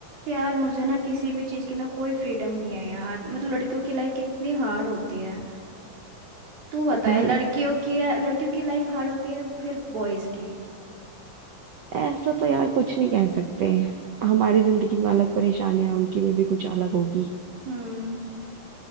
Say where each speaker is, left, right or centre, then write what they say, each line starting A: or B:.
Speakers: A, on the right (about 60°); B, on the right (about 85°).
A: यार मुझे ना किसी भी चीज की ना कोई फ्रीडम नहीं है यार मतलब लड़कियों की लाइफ कितनी हार्ड होती है तू बताया
B: भाई
A: लड़कियों की लड़कियों की लाइफ हार्ड होती है फिर बॉयज की
B: ऐसा तो यार कुछ नहीं कह सकते हमारी जिंदगी में अलग परेशानियां हैं, उनकी में भी कुछ अलग होगी
A: हम्म